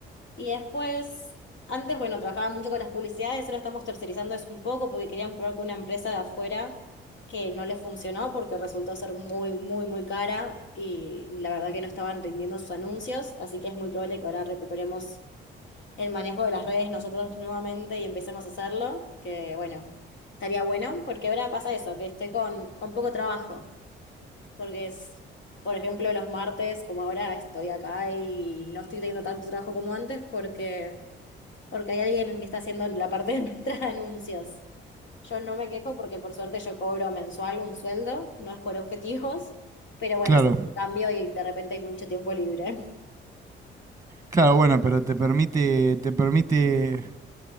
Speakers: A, on the left (about 70°); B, on the right (about 15°).
A: y después, antes, bueno, trabajaba mucho con las publicidades, ahora estamos tercerizando eso un poco porque querían probar con una empresa de afuera que no les funcionó porque resultó ser muy, muy, muy cara y la verdad que no estaban rindiendo sus anuncios, así que es muy probable que ahora recuperemos el manejo de las redes nosotros nuevamente y empecemos a hacerlo, que bueno, estaría bueno porque ahora pasa eso, que estoy con, con poco trabajo, porque es... Por ejemplo, los martes, como ahora estoy acá y no estoy teniendo tanto trabajo como antes porque porque hay alguien que está haciendo la parte de nuestros <laughs> anuncios. Yo no me quejo porque por suerte yo cobro mensual un sueldo, no es por objetivos, pero bueno,
B: Claro,
A: es un cambio y de repente hay mucho tiempo libre.
B: claro, bueno, pero te permite, te permite